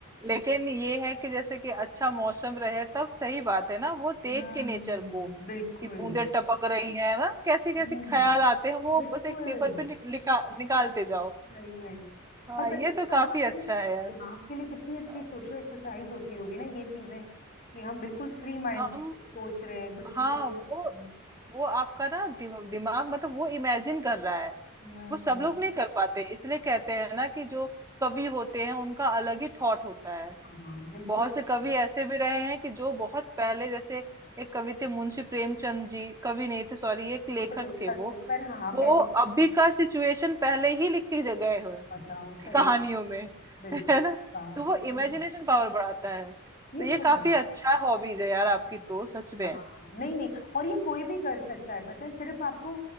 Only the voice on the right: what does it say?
लेकिन ये है कि जैसे कि अच्छा मौसम रहे तब सही बात है ना वो देख
के नेचर को
कि बूंदे टपक रही हैं ना कैसे कैसे
ख्याल आते हैं वो
बस एक पेपर पे निक- लिखा निकालते जाओ
हाँ
ये
तो
काफी
अच्छा है यार
हाँ।
हम
हाँ
वो
वो आपका ना दिम- दिमाग मतलब वो इमेजिन कर रहा है
वो सब लोग नहीं कर पाते इसलिए कहते हैं ना कि जो कवि होते हैं उनका अलग ही थॉट होता है
बहुत से
कवि ऐसे भी रहे हैं कि जो बहुत पहले जैसे एक कवि थे मुंशी प्रेमचंद जी कवि नहीं थे सॉरी एक लेखक
थे वो
वो
अभी का सिचुएशन पहले ही लिख के गए हुए
कहानियों में
है ना
तो
वो इमेजिनेशन
पावर बढ़ाता है तो
ये
काफी
अच्छा हॉबीज है यार आपकी तो सच में